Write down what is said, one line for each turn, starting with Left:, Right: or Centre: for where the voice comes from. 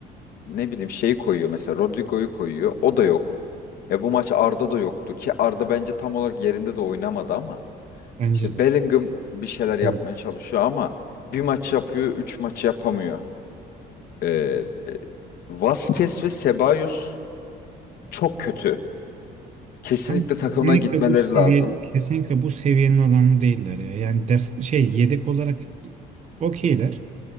Left: ne bileyim şey koyuyor mesela Rodrigo'yu koyuyor. O da yok. E bu maç Arda da yoktu ki Arda bence tam olarak yerinde de oynamadı ama
Right: Bence
Left: işte
Right: de.
Left: Bellingham bir şeyler yapmaya
Right: Yok.
Left: çalışıyor ama bir maç yapıyor, üç maç yapamıyor. E, e, Vasquez ve Ceballos çok kötü. Kesinlikle
Right: Kanka
Left: takımına
Right: kesinlikle
Left: gitmeleri
Right: bu seviye
Left: lazım.
Right: kesinlikle bu seviyenin adamı değiller ya. Yani def şey yedek olarak okeyler.